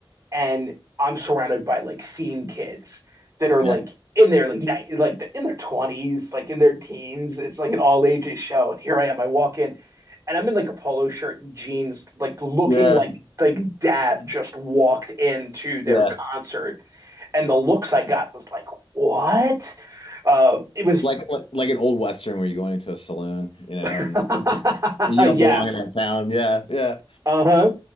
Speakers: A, on the right (about 35°); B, on the left (about 75°).
A: and I'm surrounded by like scene kids that are
B: Yeah.
A: like in their like night like in their 20s like in their teens it's like an all ages show and here i am i walk in and I'm in like a polo shirt and jeans, like looking
B: Yeah,
A: like like dad just walked into their
B: yeah.
A: concert, and the looks I got was like, what? Uh, it was
B: Like like an old Western where you're going into a saloon, you know,
A: <laughs>
B: and you don't
A: yes,
B: belong in that town. Yeah, yeah,
A: uh huh.